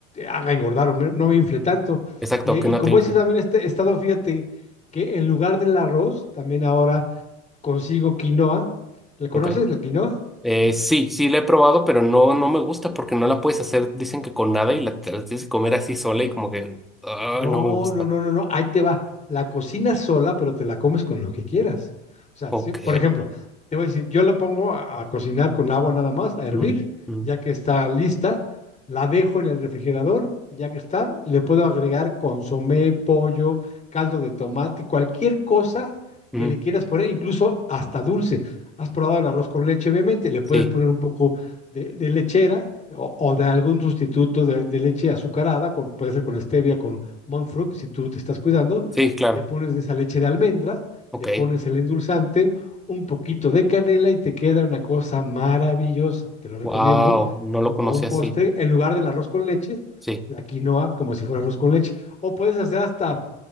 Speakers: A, on the left; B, in the centre.
A: haga engordar o me- no me infle tanto.
B: exacto,
A: Y, y
B: que no
A: como
B: te influye.
A: ese también este estado, fíjate que en lugar del arroz, también ahora consigo quinoa. ¿La conoces,
B: Ok.
A: la quinoa?
B: Eh, sí, sí la he probado, pero no, no me gusta porque no la puedes hacer, dicen que con nada y la, te la tienes que comer así sola y como que, ah,
A: No,
B: no me gusta.
A: no, no, no, no. Ahí te va. La cocinas sola, pero te la comes con lo que quieras. O sea,
B: Ok.
A: si- por ejemplo, te voy a decir, yo la pongo a, a cocinar con agua nada más, a hervir,
B: Mm, mm,
A: ya que está lista, la dejo en el refrigerador, ya que está, le puedo agregar consomé, pollo, caldo de tomate, cualquier cosa
B: mm.
A: que le quieras poner, incluso hasta dulce. Has probado el arroz con leche, obviamente, le puedes
B: Sí,
A: poner un poco de, de lechera o, o de algún sustituto de, de leche azucarada, con, puede ser con stevia, con Montfruc, si tú te estás cuidando,
B: sí, claro.
A: le pones de esa leche de almendra,
B: Ok.
A: le pones el endulzante, un poquito de canela y te queda una cosa maravillosa. Te lo recomiendo
B: Wow, no lo
A: como
B: conocí
A: un
B: así.
A: postre en lugar del arroz con leche,
B: Sí.
A: la quinoa como si fuera arroz con leche. O puedes hacer hasta